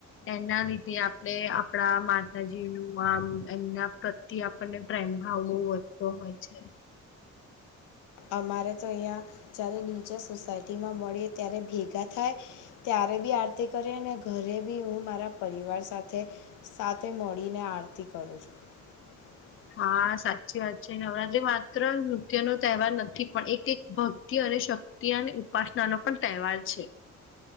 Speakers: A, on the left; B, on the left.
A: એના લીધે આપણે આપડા માતાજીનું આમ એમના થી આપણને પ્રેમ ભાવ બોઉ વધતો હોય છે.
B: અમારે તો અહીંયા જ્યારે નીચા સોસાયટીમાં મળીએ ત્યારે ભેગા થાય ત્યારે બી આરતી કરીએ અને ઘરે બી હું મારા પરિવાર સાથે સાથે મળીને આરતી કરું છું <inaudible>
A: હા સાચી વાત છે નવરાત્રી માત્ર નૃત્ય નો તહેવાર નથી પણ એક એક ભક્તિ અને શક્તિ અને ઉપાસના નો પણ તહેવાર છે.